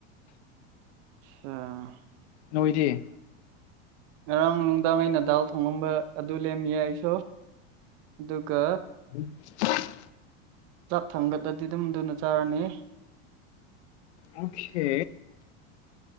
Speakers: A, on the right (about 45°); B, on the left (about 85°).
A: ꯑꯆꯥ
B: ꯅꯣꯏꯗꯤ
A: ꯉꯔꯥꯡ ꯅꯨꯡꯗꯥꯡ ꯑꯩꯅ ꯗꯥꯜ ꯊꯣꯡꯉꯝꯕ ꯑꯗꯨ ꯂꯦꯝꯃꯤꯌꯦ ꯑꯩꯁꯨ ꯑꯗꯨꯒ
B: <unintelligible>
A: ꯆꯥꯛ ꯊꯥꯡꯒꯠꯂꯗꯤ ꯑꯗꯨꯝ ꯑꯗꯨꯅ ꯆꯥꯔꯅꯤ
B: ꯑꯣꯛꯈꯦ